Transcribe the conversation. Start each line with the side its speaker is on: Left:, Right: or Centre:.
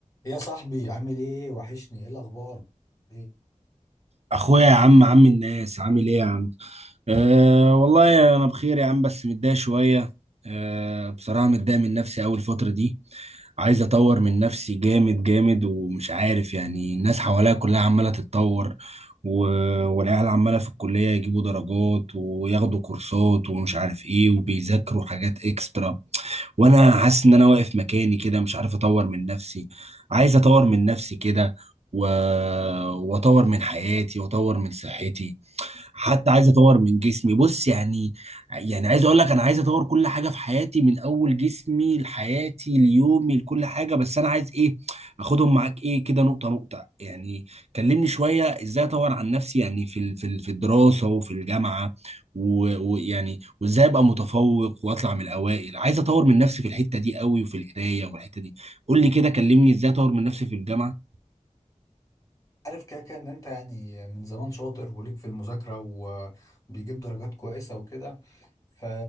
Left: يا صاحبي عامل ايه وحشني ايه الاخبار إيه؟
Right: اخويا يا عم عم الناس عامل ايه يا عم أه والله انا بخير يا عم بس متضايق شويه أه بصراحه متضايق من نفسي اول فتره دي عايز اطور من نفسي جامد جامد ومش عارف يعني الناس حواليا كلها عماله تتطور و... والعيال عماله في الكليه يجيبوا درجات وياخدوا كورسات ومش عارف ايه وبيذاكروا حاجات اكسترا وانا حاسس ان انا واقف مكاني كده مش عارف اطور من نفسي عايز اطور من نفسي كده و... واطور من حياتي واطور من صحتي حتى عايز اطور من جسمي بص يعني يعني عايز اقول لك انا عايز اطور كل حاجه في حياتي من اول جسمي لحياتي ليومي لكل حاجه بس انا عايز ايه اخدهم معاك ايه كده نقطه نقطه يعني كلمني شويه ازاي اطور عن نفسي يعني في ال- في ال- في الدراسه وفي الجامعه و- ويعني وازاي ابقى متفوق واطلع من الاوائل عايز اطور من نفسي في الحته دي قوي وفي القرايه والحته دي قول لي كده كلمني ازاي اطور من نفسي في الجامعه
Left: عارف كده كده ان انت يعني من زمان شاطر وليك في المذاكرة وبيجيب درجات كويسة وكده ف...